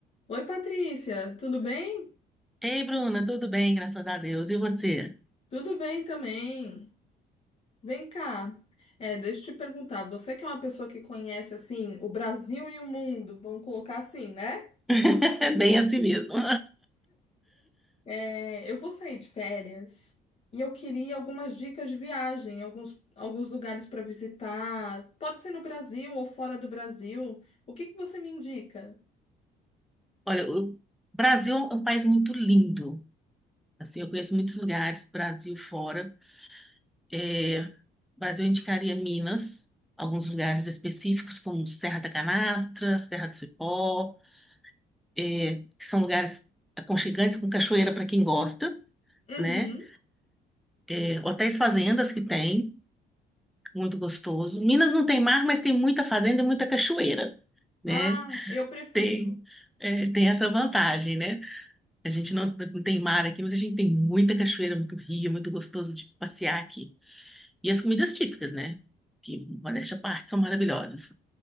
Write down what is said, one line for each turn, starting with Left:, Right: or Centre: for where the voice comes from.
Left: Oi, Patrícia, tudo bem?
Centre: Ei, Bruna, tudo bem, graças a Deus. E você?
Left: Tudo bem também. Vem cá. É, deixa eu te perguntar, você que é uma pessoa que conhece assim o Brasil e o mundo, vamos colocar assim, né?
Centre: <laughs> Bem assim mesmo. <laughs>
Left: É, eu vou sair de férias e eu queria algumas dicas de viagem, alguns, alguns lugares para visitar. Pode ser no Brasil ou fora do Brasil. O que que você me indica?
Centre: Olha, o Brasil é um país muito lindo. Assim, eu conheço muitos lugares, Brasil fora. É, Brasil eu indicaria Minas, alguns lugares específicos, como Serra da Canastra, Serra do Cipó, é, que são lugares aconchegantes com cachoeira para quem gosta,
Left: Uhum.
Centre: né? É, hotéis fazendas que tem, muito gostoso. Minas não tem mar, mas tem muita fazenda e muita cachoeira. né?
Left: Ah, eu prefiro.
Centre: tem, é, tem essa vantagem, né? A gente não, não tem mar aqui, mas a gente tem muita cachoeira, muito rio, muito gostoso de passear aqui. E as comidas típicas, né? Que, modéstia à parte, são maravilhosas.